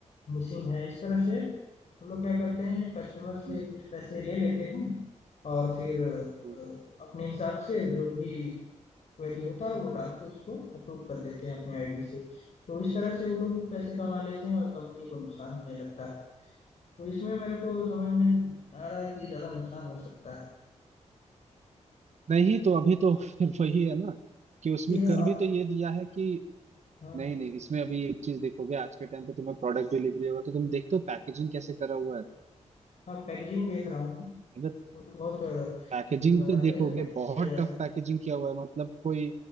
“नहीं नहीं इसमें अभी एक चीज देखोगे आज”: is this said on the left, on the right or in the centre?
Right